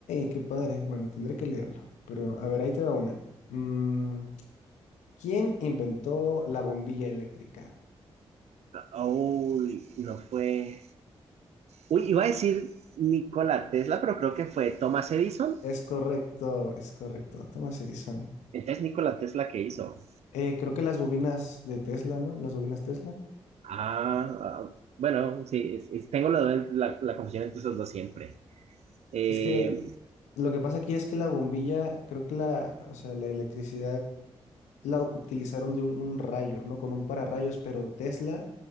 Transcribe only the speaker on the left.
qué padre. Bueno, tendré que leerlo. Pero a ver, ahí te va una. Mm, ¿quién inventó la bombilla eléctrica?
Es correcto, es correcto. Thomas Edison.
Eh, creo que las bobinas de Tesla, ¿no? Las bobinas Tesla.
Es que lo que pasa aquí es que la bombilla, creo que la, o sea, la electricidad la utilizaron de un, un rayo, ¿no? Con un pararrayos, pero Tesla